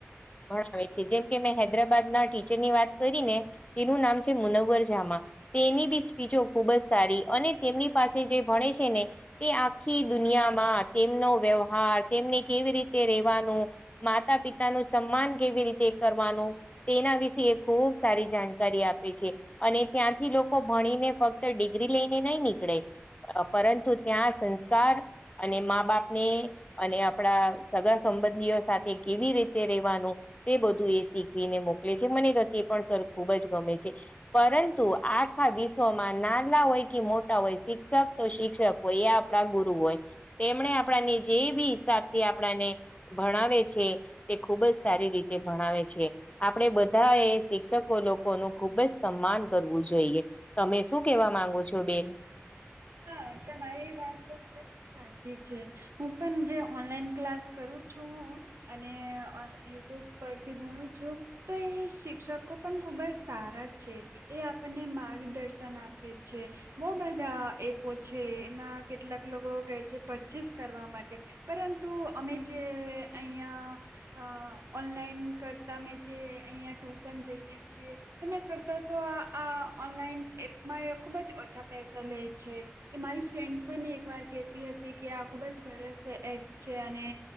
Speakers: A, on the left; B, on the right.
A: ભણાવે છે. જેમ કે મેં હૈદરાબાદના ટીચરની વાત કરીને તેનું નામ છે મુનવ્વર જામા. તેની બી સ્પીચો ખુબ જ સારી અને તેમની પાસે જે ભણે છે ને તે આખ આખી દુનિયામાં તેમનો વ્યવહાર, તેમને કેવી રીતે રેવાનું માતા પિતાનું સમ્માન કેવી રીતે કરવાનું. તેના વિશે એ ખુબ સારી જાણકારી આપે છે. અને ત્યાંથી લોકો ભણીને ફક્ત ડિગ્રી લઈને નઈ નીકળે. પરંતુ ત્યાં સંસ્કાર અને મા બાપને અને આપણા સગા સંબંધીઓ સાથે કેવી રીતે રેવાનું. તે બધું એ શીખવીને મોકલે છે. મને તો તે પણ સર ખૂબ જ ગમે છે. પરંતુ આખા વિશ્વમાં નાના હોય કે મોટા હોય શિક્ષક તો શિક્ષક હોય એ આપ પણા ગુરુ હોય. તેમણે આપણાને જે બી હિસાબથી આપણાને ભણાવે છે. એ ખુબ જ સારી રીતે ભણાવે છે. આપણેે બધા એ શિક્ષકો લોકોનું ખુબ જ સમ્માન કરવું જોઈએ. તમે શું કેવા માંગો છો બેન?
B: હા તમારી વાત તો ખુબ જ સાચી છે. હું પણ જે ઓનલાઈન ક્લાસ કરું છું. અને યુટ્યુબ પરથી ભણું છું. તો એ શિક્ષકો પણ ખુબ જ સારા છે. એ આપણને માર્ગદર્શન આપે છે. બહુ બધા એ ઓ છે એમાં કેટલાક લોકો કહે છે પરચેસ કરવા માટે. પરંતુ અમે જે અહીંયા અ ઓનલાઈન કરતા અમે જે અહીંયા ટ્યુશન જઈએ છીએ. એના કરતા તો આ આ ઓનલાઈન એપમાં એ ખુબ જ ઓછા પૈસા લે. છે. કે મારી ફ્રેન્ડ પણ એક વાર કેહેતી હતી કે આ ખુબજ સરસ એપ છે અને